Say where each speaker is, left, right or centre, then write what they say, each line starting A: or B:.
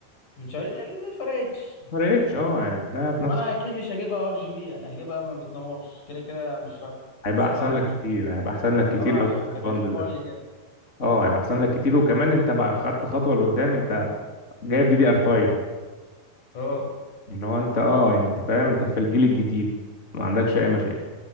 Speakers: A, on the left; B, on the left.
A: من شهرين يعني ما فرقتش
B: ما فرقتش اه يعني لا في
A: وانا
B: نفس
A: اكيد مش هجيبها ار جي بي انا هجيبها ما بتنورش كده كده مش فارقه
B: هيبقى
A: هسيبها
B: احسن
A: مطفيه
B: لك كتير هيبقى احسن لك كتير
A: اه
B: لو جبت
A: يعني
B: الباندل
A: هيوفر
B: ده
A: لي جامد
B: اه هيبقى احسن لك كتير وكمان انت بقى خدت خطوه لقدام انت جايب دي دي ار 5
A: اه
B: اللي هو انت اه يعني انت فاهم انت في الجيل الجديد ما عندكش اي مشاكل